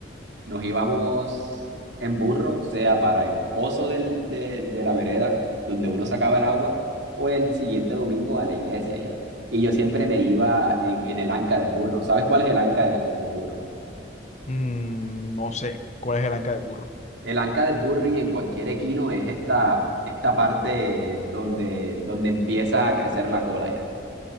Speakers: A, on the right; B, on the left.
A: nos íbamos en burro, sea para el pozo del, de, de la vereda, donde uno sacaba el agua, o el siguiente domingo a la iglesia ya. Y yo siempre me iba en, en el anca del burro. ¿Sabes cuál es el anca del, del burro?
B: Mm, no sé. ¿Cuál es el anca de burro?
A: El anca de Burry en cualquier equino es esta, esta parte donde, donde empieza a crecer la cola ya.